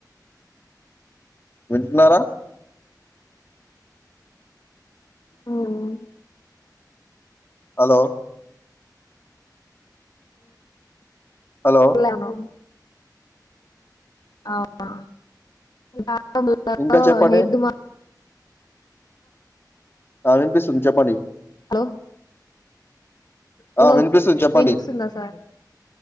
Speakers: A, on the left; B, on the left.
A: వింటన్నారా
B: ఉమ్
A: హలో హలో
B: లేను ఆహా ఇకా <unintelligible>
A: ఇంకా చెప్పండి
B: హెడ్ మా
A: ఆ వినిపిస్తుంది చెప్పండి
B: హలో హలో
A: ఆ వినిపిస్తుంది చెప్పండి
B: వినిపిస్తుందా సార్